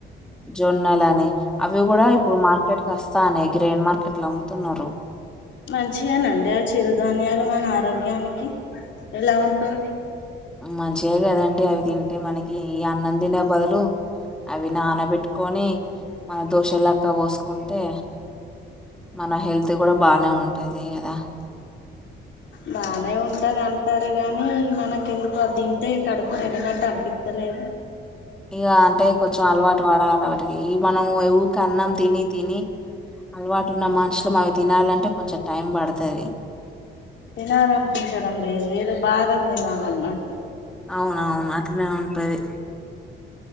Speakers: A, in the centre; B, on the left.
A: జొన్నల అని అవి కూడ ఇప్పుడు మార్కెట్కి వస్తా అని గ్రైయిన్ మార్కెట్లు అమ్ముతున్నారు
B: మంచివే నండి ఆ చిరుధాన్యాలు మన ఆరోగ్యానికి ఎలా ఉంటుంది
A: మంచిదే కదండి అవి తింటే మనకి ఈ అన్నం తినే బదులు అవి నానబెట్ కొని మన దోషలెక్క పోసుకుంటే మన హెల్త్ కూడ బానే ఉంటది కదా
B: బానే
A: అట్లా
B: ఉంటది అం టారు గాని మనకు ఎందుకో అది తింటే కడుపు నిండినట్టు అనిపితలేదు
A: ఇగ అంటే కొంచెం అలవాటు పడాలి వాటికి మనం ఊరికి అన్న తిని తిని అలవాటు ఉన్న మనుషులు అవి తినాలంటే కొంచెం టైం పడుతది
B: తినాలనిపించడం లేదు ఏదో బాధ <unintelligible> తినాలన్నట్టు
A: అవునవును అట్నే ఉంటది